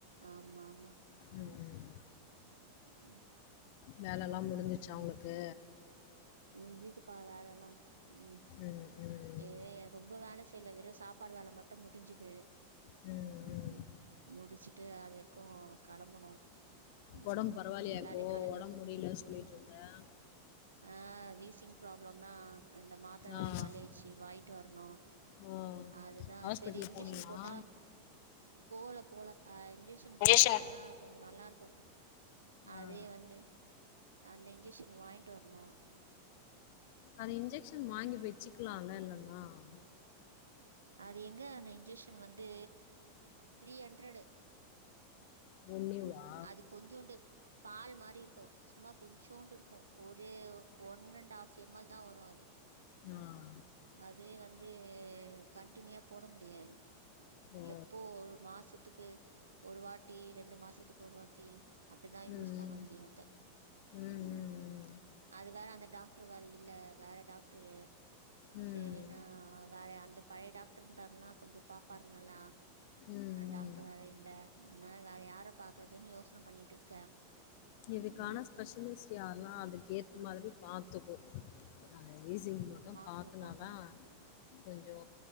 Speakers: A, on the right; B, on the left.
A: ஆமா ஆமா
B: ம்.
A: உம்
B: ம்.
A: உஉம்
B: வேல நல்லா முடிஞ்சிச்சா அவங்கக்கு
A: உங்க வீட்டு பா வேலல்லா உம்
B: ம். ம்.
A: ஏ ரொம்ப வேல செய்யல வெறு சாப்பாடு வேல மட்டு முடிஞ்சுது
B: ம்.
A: உம்
B: ம்.
A: முடிச்சுட்டு அது வரைக்கு கெலம்பனு உம்
B: உடம்பு பரவாயில்லையா
A: எல்லாரையு
B: இப்போ?
A: கெளம்பி
B: உடம்பு முடியல சொல்லிட்டு இருந்த?
A: ஆஹ் வீசிங் ப்ராப்ளம் தா அந்த மாத்திர வேற
B: ஆ.
A: காலி ஆய் சி வாங்கிட்டு வரணு
B: ஓ
A: அதுதா
B: ஹாஸ்பிட்டல்
A: செரி இன்ஜெக்ஷன்
B: போனீங்களா
A: போட்டா போல போல ஆஹ் இன்ஜெக்ஷன் போட்டா
B: இன்ஜெக்ஷன்
A: கொஞ்சொ நல்லா இருக்கு அதே
B: ஆ
A: வந்து அந்த இன்ஜெக்ஷன் வாங்கிட்டு வர்ணு
B: அந்த இன்ஜெக்ஷன் வாங்கி வச்சுக்கலால இல்ல ஆஹ்
A: அது எங்க அந்த இன்ஜெக்ஷன் வந்து த்ரீ ஹண்ட்ரெடு
B: ஒன்னிவா
A: அது கொஞ்சோண்டு பால் மாரி இரு ஓ சும்மா கொஞ்சோண்டு இருக்கோ ஒரு one and half M L தா வரோ அது
B: ஆஹ்
A: அதே வந்து கன்டினியூவா போட முடியாது
B: ஓ
A: எப்போ ஒரு மாசத்துக்கு ஒரு வாட்டி ரெண்டு மாசத்துக்கு ஒரு வாட்டி அப்டிதா யூஸ்
B: ம்
A: பண்ண முடியு அத்த க்கு
B: ம் ம்
A: அது வேற அந்த டாக்டரு வேர இல்ல வேற டாக்டரு
B: ம்
A: சேரி
B: ம்
A: நா வேற அந்த பழைய டாக்டர் இருந்தாருன்னா கொஞ்சோ பாப்பாரு நல்லா
B: ம்
A: அந்த டாக்டர் வேற இல்ல அதனால வேற யார பாக்குறதுன்னு யோசன பண்ணிட்டு இருக்கே
B: இதுக்கான
A: ம்
B: ஸ்பெஷலிஸ்ட் யாருனா அதுக்கு ஏத்த மாரி பாத்துக்கோ விசிங் மட்டோ
A: பாக்கணு
B: பாத்துக்குனாதா
A: பாக்கணு
B: கொஞ்சோ